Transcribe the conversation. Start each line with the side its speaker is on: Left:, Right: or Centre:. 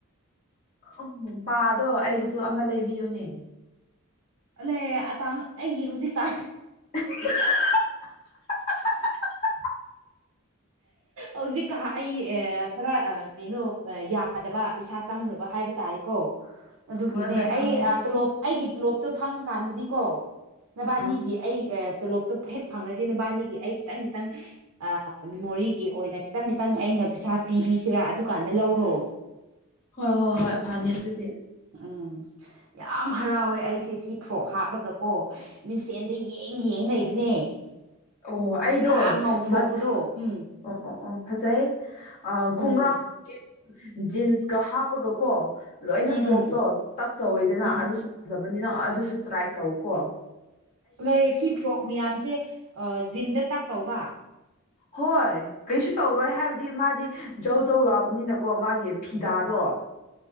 Left: ꯎꯝꯄꯥꯗꯣ ꯑꯩꯒꯤꯁꯨ ꯑꯃ ꯂꯩꯕꯤꯌꯨꯅꯦ
Right: ꯂ ꯑꯇꯥꯡ ꯑꯩꯒꯤ ꯍꯧꯖꯤꯛꯀꯥ
Left: <inaudible> <inaudible>
Right: ꯍꯧꯖꯤꯛꯀꯥ ꯑꯩ ꯈꯔ ꯀꯩꯅꯣ ꯌꯥꯗꯕ ꯄꯩꯁꯥ ꯆꯪꯗꯕ ꯍꯥꯏꯕ ꯇꯥꯔꯦꯀꯣ ꯑꯗꯨꯒꯤꯅꯦ
Left: ꯍꯣꯏ ꯍꯣꯏ
Right: ꯑꯩ
Left: ꯈꯪꯉꯦ
Right: ꯇꯣꯂꯣꯞ ꯑꯩꯒꯤ ꯇꯣꯂꯣꯞꯇꯣ ꯐꯪꯉꯀꯥꯟꯗꯗꯤꯀꯣ ꯅꯕꯥꯅꯤꯒꯤ
Left: ꯑ
Right: ꯑꯩ ꯇꯣꯂꯣꯞꯇꯣ ꯍꯦꯛ ꯐꯪꯉꯗꯤ ꯅꯕꯥꯅꯤꯒꯤ ꯑꯩ ꯈꯤꯇꯪ ꯈꯤꯇꯪ ꯃꯦꯃꯣꯔꯤ ꯑꯣꯏꯅ ꯈꯤꯇꯪ ꯈꯤꯇꯪ ꯑꯩꯅ ꯄꯩꯁꯥ ꯄꯤꯕꯤꯁꯤꯔꯥ ꯑꯗꯨꯀꯥꯟꯗ ꯂꯧꯔꯣ
Left: ꯍꯣꯏ ꯍꯣꯏ ꯍꯣꯏ ꯐꯅꯤ ꯑꯗꯨꯗꯤ
Right: ꯎꯝ ꯌꯥꯝ ꯍꯔꯥꯎꯋꯦ ꯑꯩꯁꯦ ꯁꯤ ꯐ꯭ꯔꯣꯛ ꯍꯥꯞꯄꯒ ꯀꯣ ꯃꯤꯡꯁꯦꯟꯗ ꯌꯦꯡ ꯌꯦꯡ ꯂꯩꯕꯅꯦ
Left: ꯑꯣ ꯑꯩꯗꯣ
Right: ꯌꯥꯝ ꯉꯧꯊꯣꯛꯄꯗꯣ
Left: ꯅꯠ
Right: ꯎꯝ
Left: ꯑꯣ ꯑꯣ ꯑꯣ ꯐꯖꯩꯌꯦ ꯑ
Right: ꯎꯝ
Left: ꯈꯣꯡꯒ꯭ꯔꯥꯎ ꯖꯤꯟꯁꯀ ꯍꯥꯞꯄꯒꯀꯣ ꯂꯣꯏꯅ
Right: ꯎꯝ
Left: ꯐ꯭ꯔꯣꯛꯇꯣ
Right: ꯎꯝ
Left: ꯇꯛ ꯇꯧꯔꯤꯗꯅ
Right: ꯎꯝ ꯎꯝ
Left: ꯑꯗꯨꯁꯨ ꯐꯖꯕꯅꯤꯅ ꯑꯗꯨꯁꯨ ꯇ꯭ꯔꯥꯏ ꯇꯧ ꯀꯣ
Right: ꯂꯩ ꯁꯤ ꯐ꯭ꯔꯣꯛ ꯃꯌꯥꯝꯁꯦ ꯖꯤꯟꯗ ꯇꯥꯛꯇꯧꯕ
Left: ꯍꯣꯏ ꯀꯩꯁꯨ ꯇꯧꯔꯣꯏ ꯍꯥꯏꯕꯗꯤ ꯃꯥꯗꯤ ꯖꯧ ꯖꯧ ꯂꯥꯎꯕꯅꯤꯅꯀꯣ ꯃꯥꯒꯤ ꯐꯤꯗꯥꯗꯣ